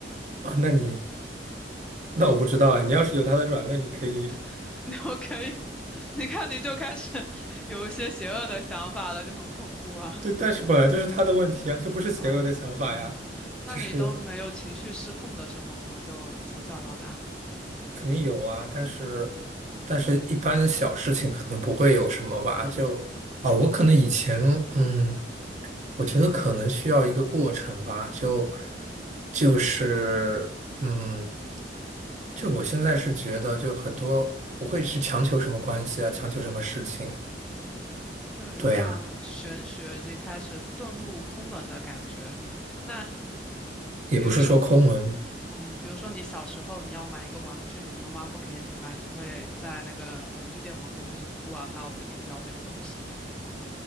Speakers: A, on the right; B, in the centre.
A: 啊，那你那我不知道哎，你要是有他的软肋，你可以
B: <laughs> 你我可以，<laughs> 你看你就开始有一些邪恶的想法了，就很恐怖啊。
A: 对，但是本来就是他的问题啊，这不是邪恶的想法呀，
B: 嗯嗯，那你都没有情绪失控的时候吗？
A: 就是
B: 就从小到大，
A: 肯定有啊，但是
B: 嗯嗯
A: 但是一般小事情可能不会有什么吧，就啊，
B: 嗯
A: 我可能以前嗯，我觉得可能需要一个过程吧，就
B: 嗯
A: 就是嗯。就我现在是觉得，就很多不会去强求什么关系啊，强求什么事情。
B: 嗯，就有一种玄学已经开始遁入空门的感觉。
A: 对呀。
B: 那
A: 也不是说抠门，
B: 比如说，嗯，比如说你小时候你要买一个玩具，你妈妈不给你买，你会在那个玩具店门口开始哭啊，那我一定要这个东西吗？